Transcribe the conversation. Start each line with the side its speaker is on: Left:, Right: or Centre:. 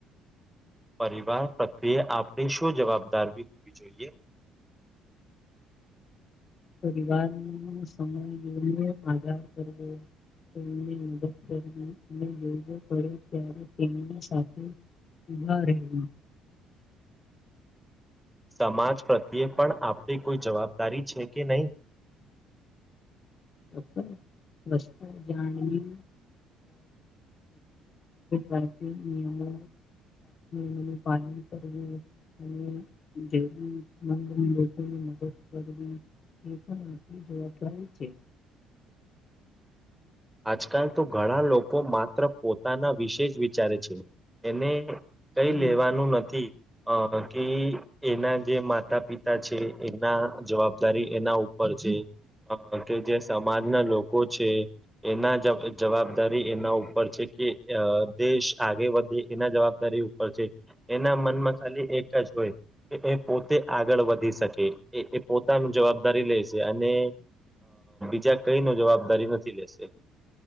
Centre: પરિવાર પ્રત્યે આપણે શું જવાબદારી હોવી જોઈએ?
Left: <unintelligible> પરિવારનો સમય <unintelligible> આધાર કરવો. તેમને મદદ કરવી અને જરૂર પડે ત્યારે તેમની સાથે ઊભા રહેવું.
Centre: સમાજ પ્રત્યે પણ આપણી કોઈ જવાબદારી છે કે નહીં?
Left: <inaudible> <unintelligible> સ્વચ્છતા જાળવી રાખવી નિયમો નું પાલન કરવું અને જરૂરમંદ લોકોને મદદ કરવી એ પણ આપણી જવાબદારી છે.
Centre: આજકાલ તો ઘણા લોકો માત્ર પોતાના વિશે જ વિચારે છે એને કઈ
Left: આ
Centre: લેવાનું નથી. અ કી એના જે માતા પિતા છે એના જવાબદારી એના ઉપર છે કે જે સમાજના લોકો છે એના જ જવાબદારી એના ઉપર છે કે અ દેશ આગે વધે એના જવાબદારી ઉપર છે એના મનમાં ખાલી એક જ હોય કે એ પોતે આગળ વધી શકે. એ એ પોતાનું જવાબદારી લેય છે અને બીજા કઈને જવાબદારી નથી લેશે.